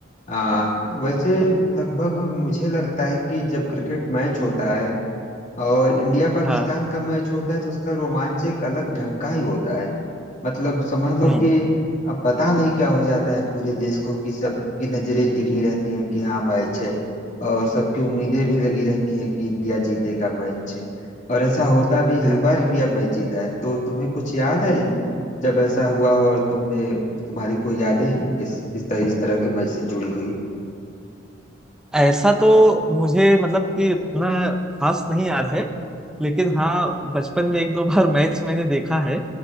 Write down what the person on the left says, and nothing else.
आ, वैसे लगभग मुझे लगता है कि जब क्रिकेट मैच होता है और इंडिया पाकिस्तान
का मैच होता है तो उसका रोमांच एक अलग ढंग का ही होता है मतलब समझ लो
कि अब पता नहीं क्या हो जाता है पूरे देश को कि सबकी नजरें टिकी रहती हैं कि हाँ मैच है और सबकी उम्मीदें भी लगी रहती हैं कि इंडिया जीतेगा मैच और ऐसा होता भी हर
बार इंडिया मैच जीता है तो तुम्हें कुछ याद है जब ऐसा हुआ हो और तुमने तुम्हारी कोई यादें इस इस तरह इस तरह के मैच से जुड़ी हुई